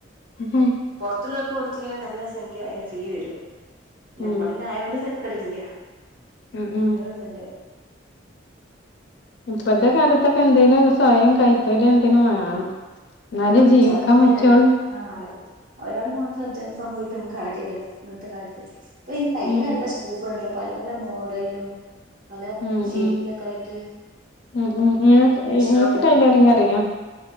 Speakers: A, on the left; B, on the right.
A: ഉം
B: പൊറത്തുള്ളൊക്കെ കൊടുത്തിഞ്ഞാൽ നല്ല സംഖ്യ അതിന് ഫീ വരും ഞമ്മളിലിയോണ്ട്
A: ഉം
B: തരക്കേടില്ല
A: ഉം ഉം
B: അങ്ങനെ ഒരിതുണ്ട്
A: ഇപ്പത്തെ കാലത്തൊക്കെ എന്തേലും സ്വയം കൈതൊഴില് എന്തേലും വേണം എന്നാലേ
B: പറയുന്ന
A: ജീവിക്കാൻ
B: <unintelligible>
A: പറ്റുള്ളൂ
B: ആ ഒരാള് മാത്ര ശ്രദ്ധ എ പോയിട്ടൊന്നും കാര്യല്ല ഇന്നത്തെ കാലത്ത് ഇപ്പൊ ഈ തയ്യല്
A: ഉം
B: നല്ല സ്കോപ്പ് ഉണ്ട പല പല മോഡലിലും പല
A: ഉം
B: ഷേപ്പിലൊക്കെ
A: ഉം
B: ആയിട്ട്
A: ഉം ഉം
B: അടിച്ചണോണ്ട്
A: എനിക്ക് <unintelligible> അറിയാം